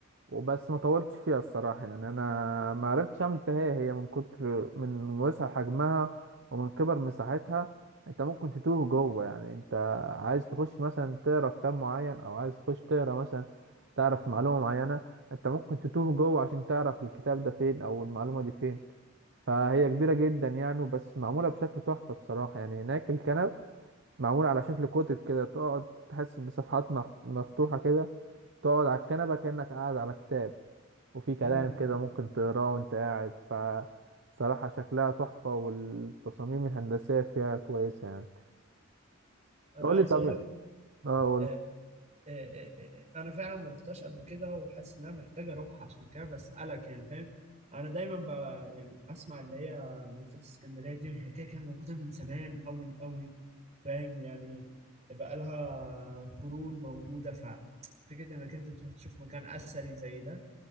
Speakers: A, on the right; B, on the right.
A: وبس ما طولتش فيها الصراحه يعني انا ما عرفتش اعمل فيها هي هي من كتر من وسع حجمها ومن كبر مساحتها انت ممكن تتوه جوه يعني انت عايز تخش مثلا تقرا كتاب معين او عايز تخش تقرا مثلا تعرف معلومه معينه انت ممكن تتوه جوه عشان تعرف الكتاب ده فين او المعلومه دي فين فهي كبيره جدا يعني بس معموله بشكل تحفه الصراحه يعني هناك الكنب معمول على شكل كتب كده تقعد تحس ان صفحات مف- مفتوحة كده تقعد على الكنبة كأنك قاعد على كتاب وفي كلام
B: امم
A: كده ممكن تقراه وانت قاعد ف بصراحة شكلها تحفة والتصاميم الهندسية فيها كويسة يعني
B: انا
A: قولي
B: عايز
A: طب
B: اقول لك
A: اه قول
B: آه، آه، آه، انا فعلا ما رحتش قبل كده وحاسس ان انا محتاج اروح عشان كده بسالك يعني فاهم انا دايما ب يعني اسمع اللي هي مكتبه اسكندريه دي هي كده كده موجوده من زمان قوي قوي فاهم يعني بقى لها قرون موجوده ففكره انك انت تروح تشوف مكان اثري زي ده